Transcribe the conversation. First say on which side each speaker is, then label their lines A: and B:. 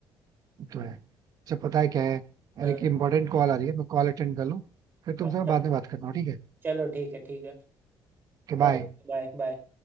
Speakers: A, on the right; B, on the right.
A: वो तो है अच्छा पता है क्या है
B: हाँ,
A: अरे एक इम्पोर्टेंट कॉल आ रही है मैं कॉल अटेंड कर लूँ फिर तुमसे
B: अच्छा
A: मैं बाद में बात करता हूँ ठीक
B: चलो ठीक है ठीक है
A: है
B: Okay
A: बाय
B: bye bye